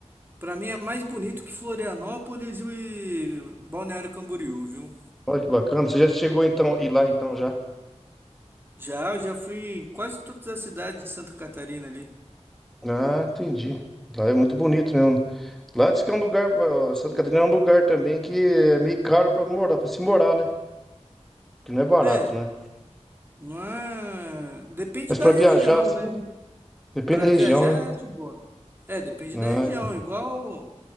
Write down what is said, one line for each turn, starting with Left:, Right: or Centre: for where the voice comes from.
Right: para mim é mais bonito que Florianópolis e Balneário Camboriú, viu?
Centre: Olha que bacana. Você já chegou então e lá então já?
Right: Já, eu já fui em quase todas as cidades de Santa Catarina ali.
Centre: Ah, entendi. Lá é muito bonito mesmo. Lá diz que é um lugar, ó, Santa
Right: Sim.
Centre: Catarina é um lugar também que é meio caro para morar, para se morar, né? Que não é barato,
Right: É,
Centre: né?
Right: não é. Depende
Centre: Mas
Right: da
Centre: para
Right: região,
Centre: viajar, assim,
Right: né?
Centre: depende
Right: Para
Centre: da região,
Right: viajar
Centre: né?
Right: é de boa. É, depende
Centre: Não,
Right: da região.
Centre: então,
Right: Igual,